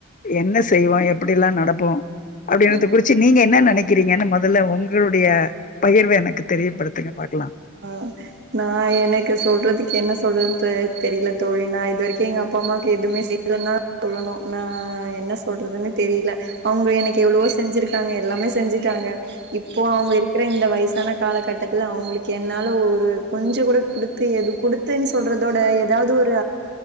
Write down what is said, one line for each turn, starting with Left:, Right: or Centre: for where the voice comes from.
Left: என்ன செய்வோ எப்டி எல்லா நடப்போ அப்டின்றது
Right: ம்
Left: குறிச்சு நீங்க என்ன நென நெனக்கிறீங்கன்னு மொதல்ல உங்களுடைய பகிர்வ எனக்கு தெரியபடுத்துங்க பா
Right: ஆ நா எனக்கு சொல்றதுக்கு என்ன சொல்றதுன்னு தெ தெரில தோழி நா இது வரைக்கு எங்க அப்பா அம்மாக்கு எதுமே செய்யலனா சொல்லணு நா ஆ என்ன சொல்றதுனே தெரில அவுங்க எனக்கு எவ்ளவோ செஞ்சிருக்காங்க எல்லாமே செஞ்சுட்டாங்க இப்போ அவுங்க இருக்கிற இந்த வயசான காலகட்டத்துல அவுங்களுக்கு கென்னால ஒரு கொஞ்சோ கூட குடுத்து எது குடுத்துன்னு சொல்றத விட எதாவது ஒரு